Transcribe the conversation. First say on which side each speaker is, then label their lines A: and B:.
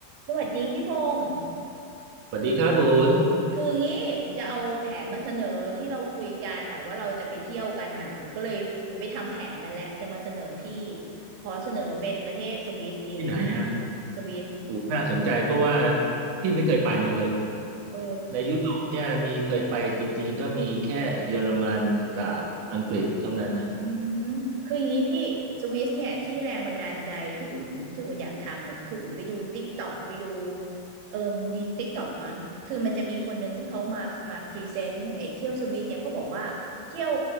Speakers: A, on the right (about 80°); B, on the right (about 55°).
A: สวัสดีพี่พงศ์
B: สวัสดีครับอูน
A: คืองี้อุ่นจะเอาแผนมาเสนอที่เราคุยกันน่ะว่าเราจะไปเที่ยวกันน่ะอุ่นก็เลยอุ่นไปทำแผนมาแล้วจะมาเสนอพี่ขอเสนอเป็นประเทศสวิสดีไหมพี่
B: ที่ไหนอ่ะ
A: สวิส
B: อูนน่าสนใจเพราะว่าพี่ไม่เคยไปมาเลย
A: เออ
B: ในยุโรปเนี่ยมีเคยไปจริงๆก็มีแค่เยอรมันกับอังกฤษเท่านั้นอ่ะ
A: อืมคืออย่างนี้พี่สวิสเนี่ยที่แรงบันดาลใจที่อุ่นที่อุ่นอยากทำเนี่ยคืออุ่นไปดูติ๊กตอกไปดูเออดีติ๊กตอกมั้งคือมันจะมีคนหนึ่งที่เขามามาพรีเซนต์ไอ้เที่ยวสวิสเนี่ยเขาบอกว่าเที่ยว